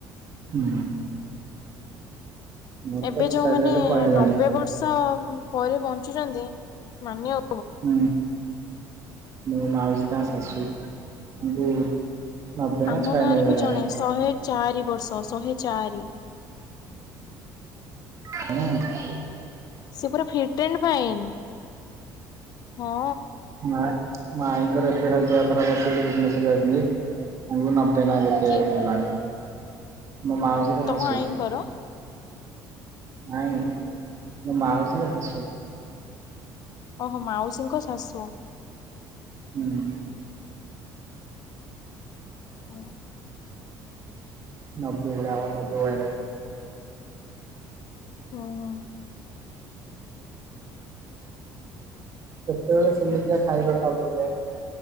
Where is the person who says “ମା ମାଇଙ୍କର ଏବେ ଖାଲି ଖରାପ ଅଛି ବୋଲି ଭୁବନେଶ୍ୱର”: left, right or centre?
Right